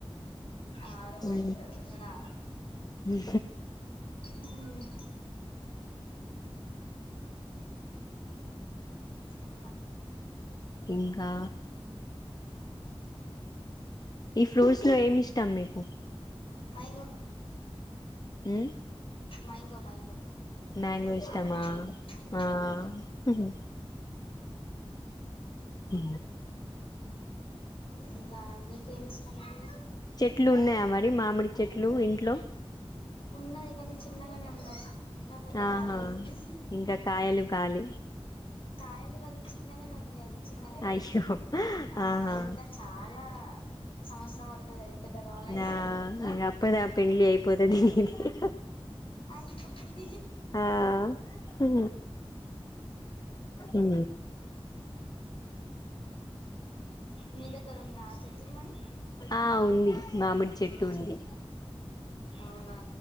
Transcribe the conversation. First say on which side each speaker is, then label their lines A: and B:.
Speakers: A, on the left; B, on the left.
A: ఆడమంటారు
B: ఊ
A: నేను ఆడ
B: ఊ
A: ఉమ్, ఇంకా
B: ఇంకా ఈ ఫ్రూట్స్ లో ఏమి ఇష్టాం మీకు
A: మైంగో
B: ఉ
A: మైంగో మైంగో
B: మ్యాంగో ఇష్టమా
A: మామిడి ఉమ్,
B: ఆ ఊ ఉ
A: ఇంకా మీకు ఏమి ఇష్టం మళ్ళీ
B: చెట్లు ఉన్నాయా మరి మామిడి చెట్లు ఇంట్లో
A: ఉన్నయి గానీ చిన్నగానే ఉన్నయి ఇంకా పెద్దగా
B: ఆహా
A: ఎన్ని
B: ఇంకా కాయలు కాలి
A: కాయలు కదా చిన్నగానే ఉం అది చిన్నగా
B: అయ్యో
A: ఆ
B: ఆహా
A: ఇంకా చాలా సంవత్సరం పడుతుంది అది పెద్ద కావాలంటే
B: నా అప్పడుదా పెళ్లి అయిపోతది ఇహిహి
A: అయిపోతుంది
B: ఆ ఊ ఉ ఊ
A: మీ దగ్గర ఉందా చెట్ల్ మరి
B: ఆ ఉంది మామిడి చెట్టు
A: అ
B: ఉంది
A: అవునా